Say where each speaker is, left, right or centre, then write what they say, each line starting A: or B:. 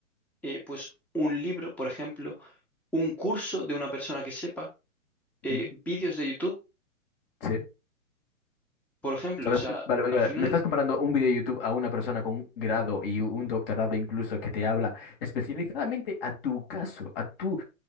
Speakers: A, in the centre; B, on the left.
A: eh, pues un libro, por ejemplo, un curso de una persona que sepa, eh,
B: ¿Mm?
A: vídeos de YouTube,
B: ¿Sí?
A: por ejemplo.
B: ¿Sabes?
A: O sea,
B: Vale, vale,
A: al
B: vale.
A: final,
B: Me estás comparando un video de YouTube a una persona con un grado y un doctorado incluso que te habla especializadamente a tu caso, a tu,